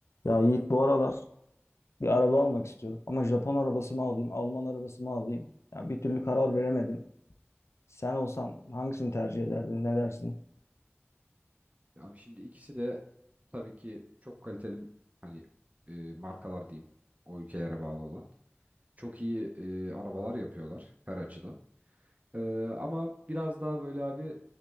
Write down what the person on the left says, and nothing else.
Ya Yiğit bu aralar bir araba almak istiyorum. Ama Japon arabası mı alayım, Alman arabası mı alayım? Ya bir türlü karar veremedim. Sen olsan hangisini tercih ederdin, ne dersin?